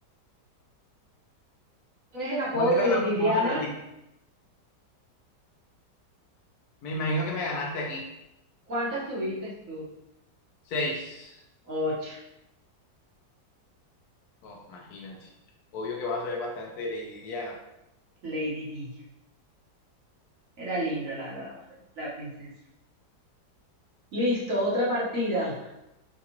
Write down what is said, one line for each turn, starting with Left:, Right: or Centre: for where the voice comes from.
Right: ¿cuál es el apodo
Left: ¿Cuál era
Right: de Lady
Left: el apodo
Right: Diana?
Left: de Lady? Me imagino que me ganaste aquí.
Right: ¿Cuántas tuviste tú?
Left: Seis.
Right: Ocho.
Left: Oh, imagínate. Obvio que vas a ver bastante de Lady Diana.
Right: Lady D. Era linda la, la, la princesa. Listo, otra partida.